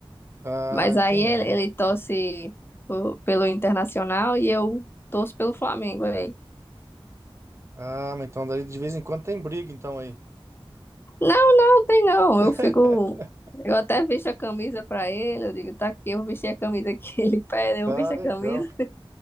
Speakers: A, on the right; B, on the left.
A: Ah,
B: Mas
A: entendi.
B: aí ele, ele torce po- pelo Internacional e eu torço pelo Flamengo aí.
A: Ah, mas então daí de vez em quando tem briga então aí.
B: Não, não, tem não.
A: <laughs>
B: Eu fico. Eu até visto a camisa pra ele, eu digo, tá aqui, eu vesti a camisa que <laughs> ele pede, eu
A: Ah,
B: visto
A: legal.
B: a camisa.